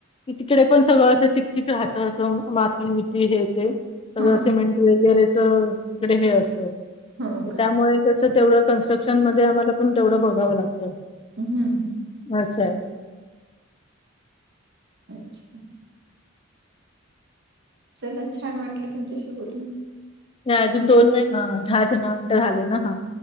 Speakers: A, on the left (about 25°); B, on the right (about 60°).
A: की तिकडे पण सगळं असं चिकचिक राहत. असं माती बिती हे ते सगळं
B: हा
A: सिमेंट- वगैरेच इकडे हे असत.
B: हा हो
A: त
B: का
A: त्यामुळे कस तेवढं- कन्स्ट्रक्शन मध्ये आम्हाला पण तेवढं बघावं लागतं.
B: हम्म ह.
A: अस आहे.
B: अच्छा. चला छान वाटल तुमच्याशी बोलून.
A: नाही अजून दोन मिनीट. दहा <unintelligible> मिनट झाले ना? हा